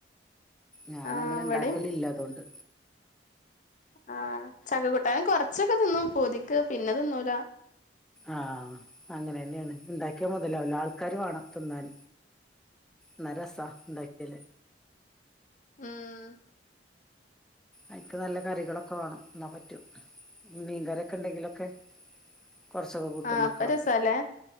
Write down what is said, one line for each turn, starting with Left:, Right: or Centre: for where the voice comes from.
Centre: ഞാനങ്ങനെ
Left: ആ ഇവിടിം
Centre: ഇണ്ടാക്കലില്ല അതൊണ്ട്
Left: ആഹ് ചക കൂട്ടാൻ കൊറച്ചൊക്കെ തിന്നും പൂതിക്ക് പിന്നെ തിന്നൂല
Centre: ആഹ് അങ്ങനെന്യാണ്. ഉണ്ടാക്കിയാ മുതലാവൂല്ല. ആൾക്കാർ വാണം തിന്നാൻ
Left: <inaudible>
Centre: ന്നാ രസ ഇണ്ടാക്യാല്
Left: ഊം
Centre: അയ്ക്ക് നല്ല കറികളൊക്കെ വേണം ഇന്നാ പറ്റും. മീൻകറിയൊക്കെ ഉണ്ടെങ്കിലൊക്കെ കുറച്ചൊക്കെ കൂട്ടും
Left: ആഹ്
Centre: മക്കളൊക്കെ.
Left: അപ്പൊ രസാല്ലേ